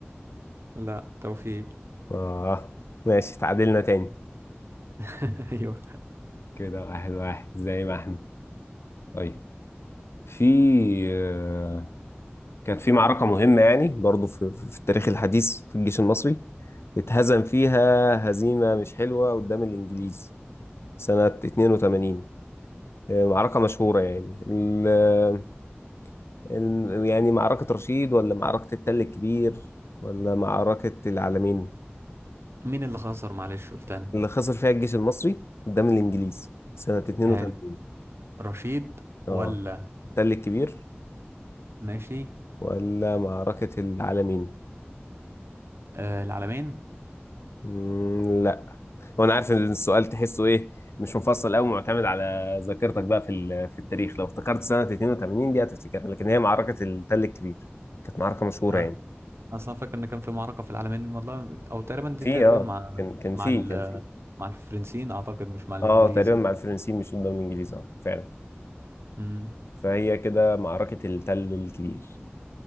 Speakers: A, on the right (about 75°); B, on the left (about 80°).
A: لا توفيق
B: اه ماشي تعادلنا تاني
A: <laughs> ايوه
B: كده واحد واحد زي ما احنا طيب في آه، كانت في معركة مهمة يعني برضو في, في التاريخ الحديث في الجيش المصري اتهزم فيها هزيمة مش حلوة قدام الإنجليز سنة 82 آه، معركة مشهورة يعني ال ال يعني معركة رشيد ولا معركة التل الكبير ولا معركة العلمين
A: مين اللي خسر معلش قلت انا
B: اللي خسر فيها الجيش المصري قدام الإنجليز سنة 82
A: حلو رشيد
B: اه
A: ولا
B: التل الكبير
A: ماشي
B: ولا معركة العلمين
A: آه العالمين
B: مم، هو انا عارف ان السؤال تحسه ايه مش مفصل قوي معتمد على ذاكرتك بقى في ال- في التاريخ لو افتكرت سنه 82 دي هتفتكرها لكن هي معركه التل الكبير كانت معركه مشهوره
A: آه.
B: يعني
A: اصلا فاكر ان كان في معركة في العالمين والله او تقريبا دي
B: في
A: تقريبا
B: اه
A: مع
B: كان كان
A: مع
B: في
A: ال...
B: كان في
A: مع الفرنسيين اعتقد مش مع الانجليز
B: اه تقريبا
A: بقى
B: مع الفرنسيين مش قدام الانجليز اه فعلا
A: امم
B: فهي كده معركه التل الكبير